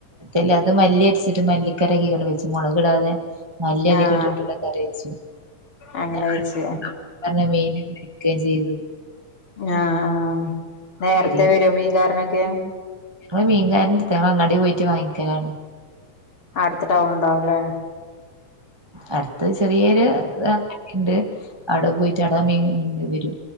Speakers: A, on the right; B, on the left.
A: അല്ല അത് മല്ലി അടിച്ചിട്ട് മല്ലിക്കര കീടെ വെച്ചു മുളകിടാതെ മല്ലി
B: ആഹ്
A: അധികം ഇട്ടിട്ടില്ല കറി വച്ചു പിന്നെ.
B: അങ്ങനെ വെച്ച്
A: നല്ല മീൻ പൊരിക്കേം ചെയ്തു
B: ആഹ ആഹ നേരത്തെ
A: ഉപ്പേരി
B: വരും മീൻ കാരനൊക്കെ
A: ഞങ്ങള് മീൻകാരന്റെ അടുത്തോ ഞങ്ങള് അങ്ങാടി പോയിട്ട് വാങ്ങിയ്ക്കലാണ്.
B: അടുത്ത് ടൗൺ ഉണ്ടാവു അല്ലേ.
A: അടുത്ത ചെറിയൊരു ണ്ട് അവിടെ പോയിട്ട് അടാ മീൻണ്ട് വരും